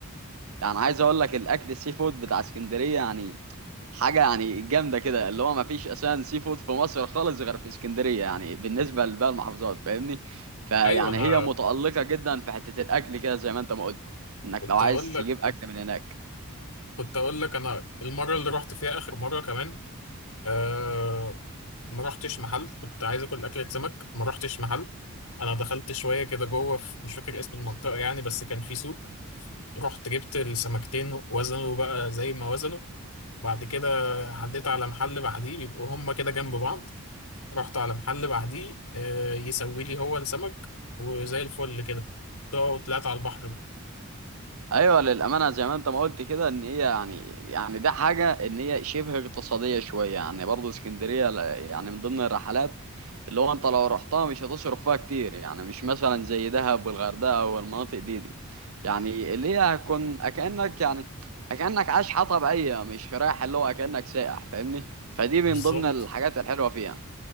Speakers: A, on the right (about 75°); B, on the left (about 85°).
A: يعني عايز اقول لك الاكل السي فود بتاع اسكندريه يعني حاجه يعني جامده كده اللي هو ما فيش اساسا سي فود في مصر خالص غير في اسكندريه يعني بالنسبه لباقي المحافظات فاهمني فيعني
B: ايوه انا
A: هي متالقه جدا في حته الاكل كده زي ما انت ما قلت انك
B: كنت
A: لو عايز
B: هقول لك
A: تجيب اكل من هناك
B: كنت هقول لك انا المره اللي رحت فيها اخر مره كمان آه ما رحتش محل كنت عايز اكل اكله سمك ما رحتش محل انا دخلت شويه كده جوه في مش فاكر اسم المنطقه يعني بس كان في سوق رحت جبت السمكتين وزنوا بقى زي ما وزنوا بعد كده عديت على محل بعديه بيبقوا هما كده جنب بعض رحت على محل بعديه آه يسوي لي هو السمك وزي الفل كده طلعت على البحر
A: ايوه للامانه زي ما انت ما قلت كده ان هي يعني يعني ده حاجه ان هي شبه اقتصاديه شويه يعني برضه اسكندريه ل- يعني من ضمن الرحلات اللي هو انت لو رحتها مش هتصرف فيها كتير يعني مش مثلا زي دهب والغردقه والمناطق دي دي يعني اللي هي هتكون اكانك يعني اكانك عايش حياه طبيعيه مش رايح اللي هو اكانك سائح فاهمني فدي
B: بالظبط
A: من ضمن الحاجات الحلوه فيها